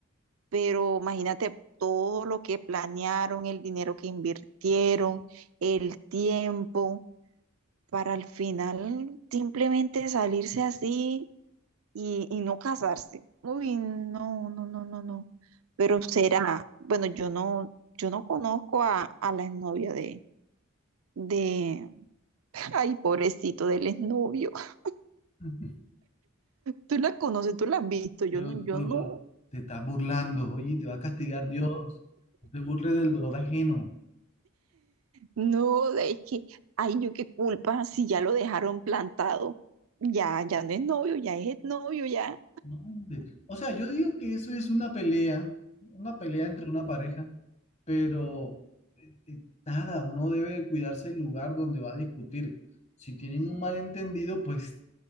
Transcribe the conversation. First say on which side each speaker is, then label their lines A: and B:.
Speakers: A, on the right; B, on the left.
A: pero imagínate todo lo que planearon, el dinero que invirtieron, el tiempo, para al final simplemente salirse así y, y no casarse. Uy, no, no, no, no, no. Pero será, bueno, yo no, yo no conozco a, a la exnovia de, de, <laughs> ay, pobrecito del exnovio. <laughs>
B: <laughs>
A: Tú la conoces, tú la has visto, yo
B: Pero,
A: no, yo
B: pero,
A: no,
B: pero, te estás burlando, oye, te va a castigar Dios, te burles del dolor ajeno.
A: No, es que, ay, yo qué culpa si ya lo dejaron plantado. Ya, ya no es novio, ya es novio, ya.
B: No, hombre. O sea, yo digo que eso es una pelea, una pelea entre una pareja, pero eh, eh, nada, uno debe cuidarse el lugar donde va a discutir. Si tienen un malentendido, pues